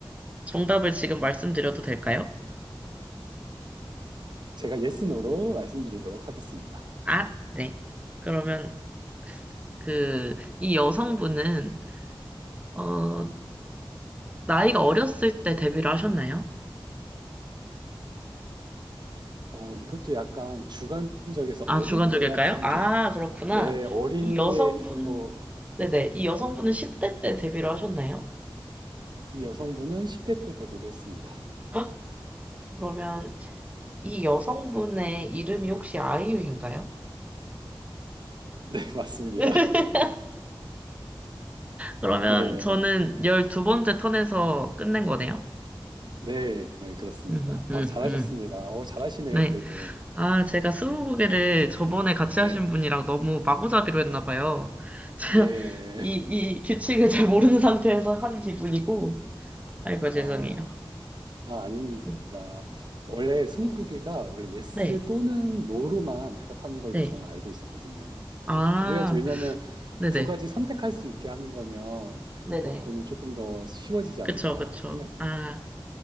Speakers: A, on the right; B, on the right.
A: 정답을 지금 말씀드려도 될까요?
B: 제가 예스노로 말씀드리도록 하겠습니다.
A: 아, 네. 그러면 그, 이 여성분은, 어, 나이가 어렸을 때 데뷔를 하셨나요?
B: 어, 이것도 약간 주관적에서
A: 아,
B: 어릴
A: 주관적일까요?
B: 때라는
A: 아,
B: 게,
A: 그렇구나.
B: <laughs> 네, 어린
A: 이 여성분,
B: 게, 뭐,
A: 네네. 이 여성분은 10대 때 데뷔를 하셨나요?
B: 이 여성분은 10대 때 데뷔를 했습니다. <laughs>
A: 헉, 그러면 이 여성분의 이름이 혹시 아이유인가요?
B: 네, 맞습니다.
A: <laughs> 그러면
B: 네,
A: 저는 12번째 턴에서 끝낸 거네요.
B: 네, 네, 그렇습니다.
A: <laughs> 음, 음,
B: 어, 잘하셨습니다.
A: 음.
B: 어, 잘하시네요,
A: 네.
B: 그래도.
A: 아, 제가 스무고개를 저번에 같이
B: 네,
A: 하신 분이랑 너무 마구잡이로 했나 봐요. <laughs> 제가
B: 네.
A: 이, 이 규칙을 잘 모르는 상태에서 한 기분이고. 아이고, 죄송해요.
B: 아, 아, 아닙니다.
A: 네.
B: 원래 스무고개가 원래 예스
A: 네.
B: 또는 노로만 대답하는 걸로
A: 네.
B: 저는 알고 있었거든요.
A: 아,
B: 네, 그래야지 왜냐하면
A: 네네.
B: 두 가지 선택할 수 있게 하는 거면
A: 네네.
B: 어, 그거는 조금 더 쉬워지지 않을까
A: 그쵸, 그쵸.
B: 생각돼요.
A: 아,